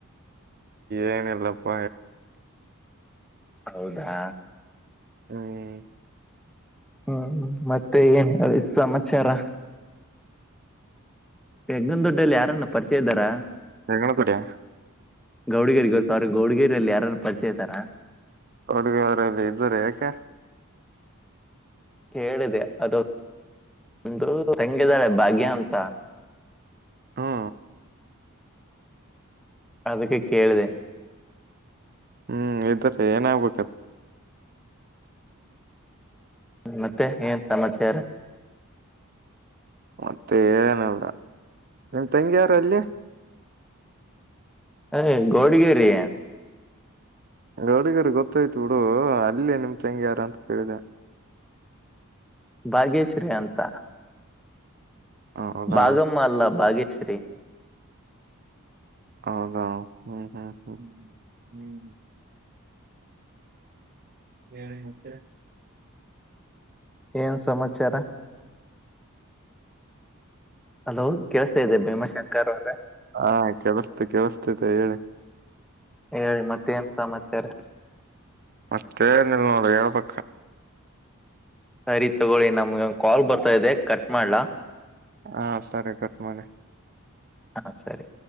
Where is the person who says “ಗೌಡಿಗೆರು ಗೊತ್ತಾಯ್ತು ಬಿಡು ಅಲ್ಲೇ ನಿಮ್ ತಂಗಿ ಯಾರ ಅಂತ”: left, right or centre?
Right